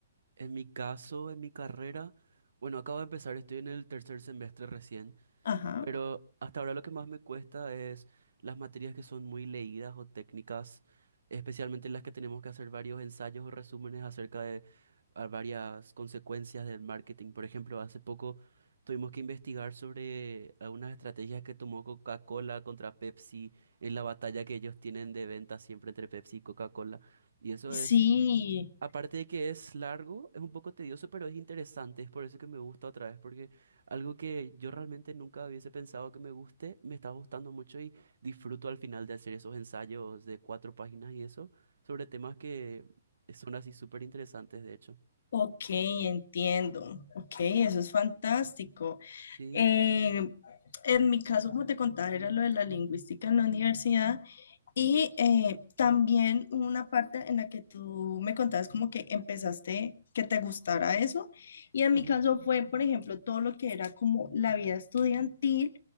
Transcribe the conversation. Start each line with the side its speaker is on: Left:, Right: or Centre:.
Right: En mi caso, en mi carrera, bueno, acabo de empezar, estoy en el tercer semestre recién,
Left: Ajá.
Right: pero hasta ahora lo que más me cuesta es las materias que son muy leídas o técnicas, especialmente las que tenemos que hacer varios ensayos o resúmenes acerca de a varias consecuencias del marketing. Por ejemplo, hace poco tuvimos que investigar sobre algunas estrategias que tomó Coca-Cola contra Pepsi en la batalla que ellos tienen de venta siempre entre Pepsi y Coca-Cola. Y eso es
Left: Sí,
Right: Aparte de que es largo, es un poco tedioso, pero es interesante. Es por eso que me gusta otra vez, porque algo que yo realmente nunca hubiese pensado que me guste, me está gustando mucho y disfruto al final de hacer esos ensayos de cuatro páginas y eso, sobre temas que son así súper interesantes, de hecho.
Left: ok, entiendo. Ok, eso es fantástico.
Right: Sí,
Left: Eh, en mi caso, como te contaba, era lo de la lingüística en la universidad Y eh, también hubo una parte en la que tú me contabas como que empezaste que te gustara eso. Y en
Right: ujú,
Left: mi caso fue, por ejemplo, todo lo que era como la vida estudiantil,